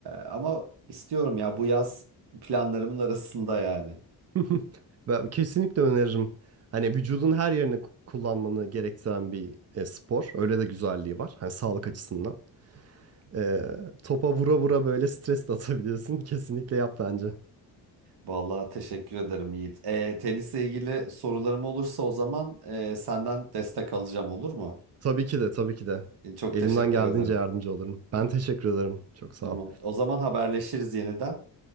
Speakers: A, on the right (about 55°); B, on the right (about 35°).
A: ama istiyorum ya bu yaz planlarımın <laughs> arasında yani.
B: <laughs> Ben kesinlikle öneririm. Hani vücudun her yerini ku- kullanmanı gerektiren bir e, spor. Öyle de güzelliği var. Hani sağlık açısından. Ee, topa vura vura böyle stres de atabilirsin. <laughs> Kesinlikle yap bence.
A: Vallahi teşekkür ederim Yiğit. Ee, tenisle ilgili sorularım olursa o zaman e, senden destek alacağım olur mu?
B: Tabii ki de, tabii ki de.
A: E, çok
B: Elimden
A: teşekkür
B: geldiğince
A: ederim.
B: yardımcı olurum. Ben teşekkür ederim. Çok sağ
A: Tamam.
B: ol.
A: O zaman haberleşiriz yeniden.